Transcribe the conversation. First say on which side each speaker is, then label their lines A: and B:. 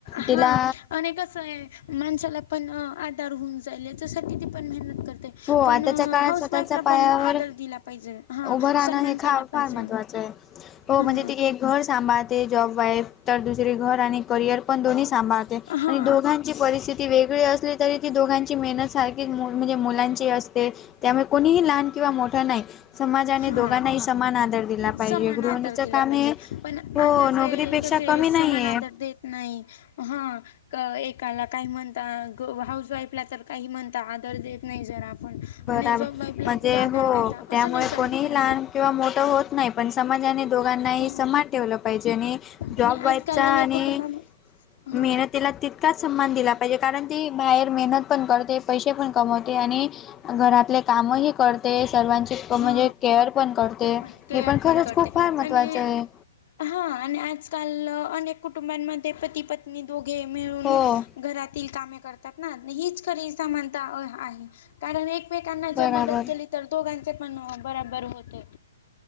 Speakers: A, on the left; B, on the left.
A: हा
B: तिला,
A: आणि आहे. माणसाला पण आधार होऊन जाईल याच्यासाठी ती पण मेहनत करत.
B: हो आताच्या
A: पण
B: काळात
A: हाऊस
B: स्वतःच्या
A: वाईफला
B: पायावर
A: पण आदर दिला पाहिजे हा
B: उभं राहणं
A: सन्मान
B: हे खा
A: केलं पाहिजे.
B: फार महत्त्वाचं आहे. हो
A: हा
B: म्हणजे ती एक घर सांभाळते जॉब वाईफ तर दुसरे घर आणि करियर पण दोन्ही सांभाळते.
A: हा
B: दोघांची परिस्थिती वेगळी असली तरी ती दोघांची मेहनत सारखी म्हणजे मुलां. अस त्यामुळे कोणीही लहान किंवा मोठा नाही. समाजाने
A: हा
B: दोघांनाही समान आदर दिला पाहिजे
A: समान
B: गृहिणीच
A: आदर दिला
B: काम
A: पाहिजे
B: हे
A: पण
B: हो
A: आताचे
B: नोकरीपेक्षा,
A: कसे
B: अच कमी
A: समान
B: नाहीये.
A: आदर देत नाही हा. एकाला काही म्हणता हाऊस वाईफला तर काही म्हणता आदर देत नाही जर, ण
B: बराबर
A: आणि जॉब वाईफला
B: म्हणजे
A: खूप आदर
B: हो
A: देता
B: त्यामुळे
A: असं नाही करायला
B: कोणीही
A: पाहिजे.
B: लहान किंवा मोठं होत नाही पण समाजाने. दोघांनाही
A: ह
B: समान ठेवलं पाहिजे आणि जॉब
A: आणि
B: वाईफचा
A: आजकाल
B: आणि
A: अनेक कुटुंबा हा
B: मेहनत, त्याला तितकाच सन्मान दिला पाहिजे कारण ती बाहेर मेहनत पण करते पैसे पण कमवते आणि, घरातले कामही करते सर्वांची, शितकं
A: हा
B: म्हणजे केअर पण करते
A: ते केअर
B: हे पण खरंच
A: करते
B: खूप फार महत्त्वाचं
A: आणि
B: आहे.
A: हा आणि आजकाल अनेक कुटुंबांमध्ये पती पत्नी दोघे मिळून.
B: हो
A: घरातील कामे करतात ना हीच करी सामानता आहे. कारण एकमेकांना
B: बराबर
A: जर मदत केली तर दोघांचे पण बराबर होते.